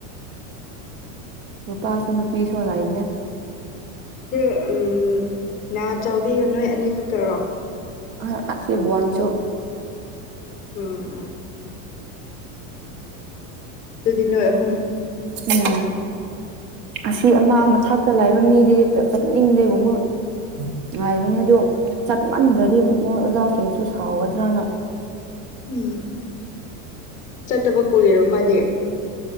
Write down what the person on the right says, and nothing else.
ꯅꯨꯄꯥꯁꯨ ꯅꯨꯄꯤꯁꯨ ꯂꯩꯕꯅꯦ
ꯑ ꯑꯁꯤꯕꯣꯟꯁꯨ
ꯎꯝ ꯑꯁꯤ ꯑꯃ ꯃꯊꯛꯇ ꯂꯩꯕ ꯃꯤꯗꯤ ꯆ ꯆꯠꯅꯤꯡꯗꯦꯒꯨꯝꯕ ꯉꯥꯏꯕꯅꯦ ꯑꯗꯨ ꯆꯠꯃꯟꯗ꯭ꯔꯗꯤ ꯃꯣꯏ ꯑꯣꯖꯥꯁꯤꯡꯁꯨ ꯁꯥꯎꯒꯗ꯭ꯔꯅ